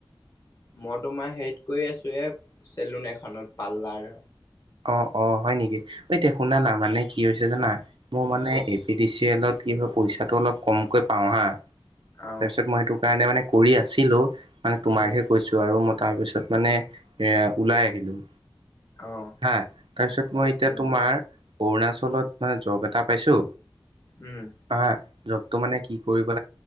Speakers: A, on the left; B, on the right.
A: মই তোমাৰ হেত কৰি আছো এ চেলুন এখনত পাল্লাৰ।
B: অ-অ হয় নেকি এতিয়া শুনানা মানে কি হৈছে জানা, মোৰ মানে
A: কোৱা
B: এ পি ডি চি এলত কি হয় পইচাটো অলপ কমকৈ পাওঁ হা
A: আহ
B: তাৰপিছত মই সেইটো কাৰণে মানে কৰি আছিলো মানে তোমাকহে
A: উম
B: কৈছো আৰু মই তাৰপিছত মানে এ ওলাই আহিলো৷
A: আহ
B: হা তাৰপিছত মই এতিয়া
A: উম
B: তোমাৰ অৰুণাচলত মানে জব এটা পাইছো
A: উম
B: অহঁ জব সেইটো মানে কি কৰিব